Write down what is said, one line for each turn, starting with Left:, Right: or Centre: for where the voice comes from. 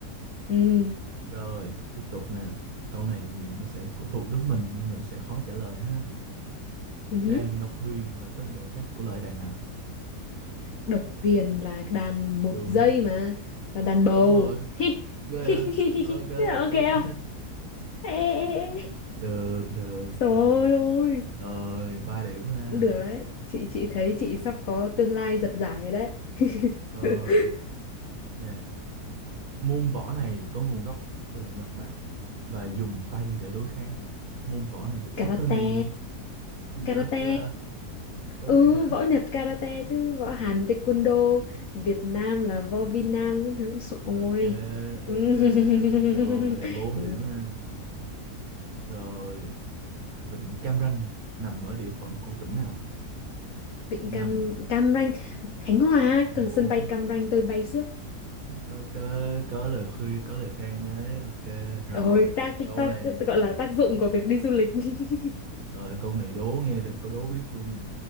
Left: Ừ.
Right: rồi tiếp tục nè câu này thì nó sẽ của thuộc nước mình nhưng mà sẽ khó trả lời ha
Left: ừ
Right: đàn độc huyền là tên gọi khác của loại đàn nào
Left: Độc huyền là đàn một
Right: đúng
Left: giây mà, là đàn bầu.
Right: đúng rồi ghê à?
Left: <laughs>
Right: ok ok
Left: Ok không? Ê, ê, ê.
Right: được được
Left: Trời
Right: được
Left: ơi,
Right: rồi ba điểm ha
Left: cũng được đấy. Chị chị thấy chị sắp có tương lai giật giải rồi đấy. <laughs>
Right: rồi nè Môn võ này có nguồn gốc từ Nhật Bản và dùng tay để đối kháng. Môn võ này
Left: Karate,
Right: có tên là gì? Gì
Left: karate.
Right: vậy? Yeah, sao
Left: Ừ,
Right: biết?
Left: võ Nhật karate chứ, võ Hàn taekwondo,
Right: Ồ, mẹ.
Left: Việt Nam là võ Việt Nam các thứ. Sợ- Ôi.
Right: Ok, ok.
Left: <laughs>
Right: Rồi, bốn
Left: Ừ,
Right: điểm ha. Rồi, Vịnh Cam Ranh nằm ở địa phận của tỉnh nào?
Left: Vịnh
Right: 5,
Left: Cam Cam Ranh, Khánh Hòa,
Right: 4.
Left: cực sân bay Cam Ranh tôi bay suốt.
Right: Ok, có lời khuyên, có lời khen đấy. Ok, rồi.
Left: Ôi tác
Right: Câu
Left: tác
Right: này,
Left: gọi là tác dụng của việc đi du lịch. <laughs>
Right: rồi câu này đố nghe được, có đố biết luôn nè.